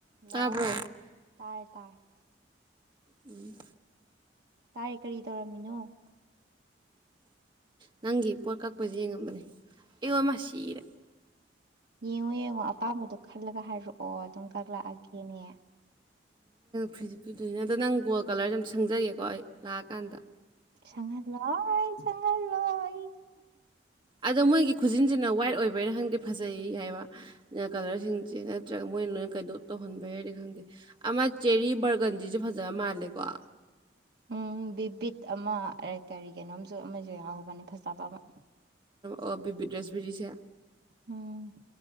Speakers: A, on the right; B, on the right.
A: ꯇꯥꯕ꯭ꯔꯣ
B: ꯂ ꯇꯥꯔ ꯇꯥꯔ
A: ꯎꯝ
B: ꯇꯥꯔꯦ ꯀꯔꯤ ꯇꯧꯔꯝꯃꯤꯅꯣ
A: ꯅꯪꯒꯤ ꯄꯣꯠ ꯀꯛꯄꯁꯦ ꯌꯦꯡꯉꯝꯕꯅꯦ ꯑꯦ ꯋꯥꯃ ꯁꯤꯔꯦ
B: ꯌꯦꯡꯉꯣ ꯌꯦꯡꯉꯣ ꯑꯄꯥꯝꯕꯗꯣ ꯈꯜꯂꯒ ꯍꯥꯏꯔꯛꯑꯣ ꯑꯗꯨꯝ ꯀꯛꯂꯛꯑꯒꯦꯅꯦ
A: ꯐ꯭ꯔꯤꯁ ꯄꯤꯗꯣꯏꯅꯦ ꯑꯗꯣ ꯅꯪ ꯒꯣꯜ ꯀꯂꯔꯁ ꯌꯥꯝ ꯁꯪꯖꯒꯦꯀꯣ ꯑꯩ ꯂꯥꯛꯑꯀꯥꯟꯗ
B: ꯁꯉ ꯂꯣꯏ ꯁꯒꯥꯜ ꯂꯣꯏ
A: ꯑꯗꯣ ꯃꯣꯏꯒꯤ ꯈꯨꯖꯤꯟꯁꯤꯅ ꯋꯥꯏꯠ ꯑꯣꯏꯕꯩꯅ ꯈꯪꯗꯦ ꯐꯖꯩ ꯍꯥꯏꯕ ꯀꯂꯔꯁꯤꯡꯁꯦ ꯅꯠꯇ꯭ꯔꯒ ꯃꯣꯏꯅ ꯀꯩꯗ ꯇꯧꯍꯟꯕ ꯌꯥꯏꯔꯦ ꯈꯪꯗꯦ ꯑꯃ ꯆꯦꯔꯤ ꯕꯔꯒꯟꯁꯤꯁꯨ ꯐꯖꯕ ꯃꯥꯜꯂꯦꯀꯣ
B: ꯎꯝ ꯕꯤꯕꯤꯠ ꯑꯃ ꯀꯔꯤꯒꯤꯅꯣꯝꯁꯨ ꯑꯃꯁꯨ ꯌꯥꯎꯍꯧꯕꯅꯤ ꯐꯖꯕ ꯑꯃ
A: ꯑꯣ ꯄꯕꯤꯗ꯭ꯔꯦꯁꯕꯤꯔꯤꯁꯦ
B: ꯎꯝ